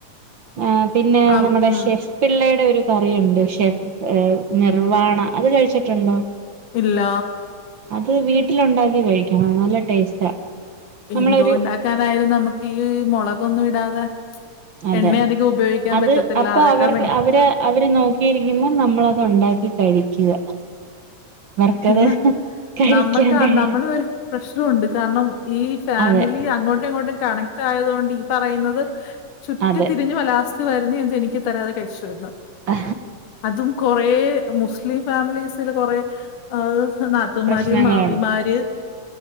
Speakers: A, on the right (about 55°); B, on the left (about 80°).
A: ആഹ് പിന്നെ
B: ആ
A: നമ്മടെ
B: ഉം
A: ശെ പിള്ളയുടെ ഒരു കറിയുണ്ട് ഷെഫ് നിർവാണ അത് കഴിച്ചിട്ടുണ്ടോ
B: ഇല്ല
A: അത് വീട്ടിലുണ്ടാക്കി കഴിക്കണം നല്ല ടേസ്റ്റാ നമ്മളൊരു
B: എന്തു ഉണ്ടാക്കാനായാലും നമുക്ക് ഈ മൊളകൊന്നും ഇടാതെ
A: അതെ
B: എണ്ണ അധികം ഉപയോഗിക്കാൻ
A: അത്
B: പറ്റത്തില്ല
A: അപ്പൊ
B: അതൊക്കെ
A: അവർട്
B: ഭയ-
A: അവര് അവര് നോക്കിയിരിക്കുമ്പോൾ നമ്മളത് ഒണ്ടാക്കി കഴിക്കാ <unintelligible>
B: പിന്നെ
A: കഴിക്കാൻ
B: നമ്മക്ക്
A: കഴിയും
B: നമ്മള ഒരു പ്രഷ്നോണ്ട് കാരണം ഈ ഫാമിലി
A: അതെ
B: അങ്ങോട്ടും ഇങ്ങോട്ടും കണ റ്റായത്കൊണ്ട് ഈ പറയുന്നത് ചുറ്റി
A: അതെ
B: തിരിഞ്ഞ് വലാസ് വരുന്ന എന്ത എനിക്ക് തരാതെ കഴിച്ചു വന്നു
A: ആ
B: അതും കൊറേ മുസ്ലിം ഫാമിലീസിൽ കൊറേ <unintelligible> നാത്തുമാര്
A: പ്രശ്നങ്ങളുണ്ട്
B: മാമിമാര്